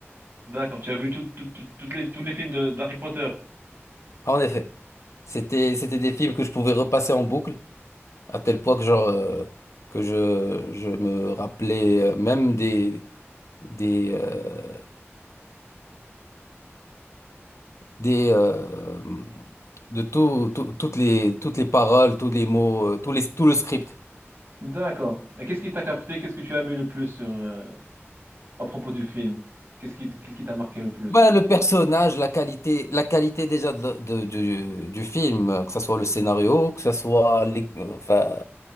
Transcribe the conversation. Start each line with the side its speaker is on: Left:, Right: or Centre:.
Right: d'accord. Tu as vu tout- tout- tout- toutes les, tous les films de- d'Harry Potter?
Left: Ah, en effet, c'était, c'était des films que je pouvais repasser en boucle, à tel point que, genre, euh, que je, je me rappelais euh, même des, des, euh, des euh, de tout, tout- toutes les toutes les paroles, tous les mots, euh, tous les tout le script.
Right: D'accord. Et qu'est-ce qui t'a capté? Qu'est-ce que tu as aimé le plus sur, euh, à propos du film? Qu'est-ce qui, qu'est-ce qui t'a marqué le plus?
Left: Bah, le personnage, la qualité, la qualité déjà de, de- du, du film, euh, que ce soit le scénario, que ce soit les, euh, enfin,